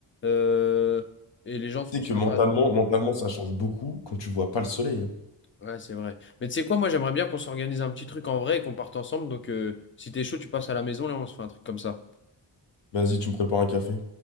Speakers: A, on the left; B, on the left.
A: euh, et les gens sont
B: Tu sais
A: sympas.
B: que mentalement,
A: donc-
B: mentalement, ça change beaucoup quand tu vois pas le soleil. hein.
A: Ouais, c'est vrai. Mais tu sais quoi, moi, j'aimerais bien qu'on s'organise un petit truc en vrai et qu'on parte ensemble. Donc, euh, si t'es chaud, tu passes à la maison, là, on se fait un truc comme ça.
B: Vas-y, tu me prépares un café.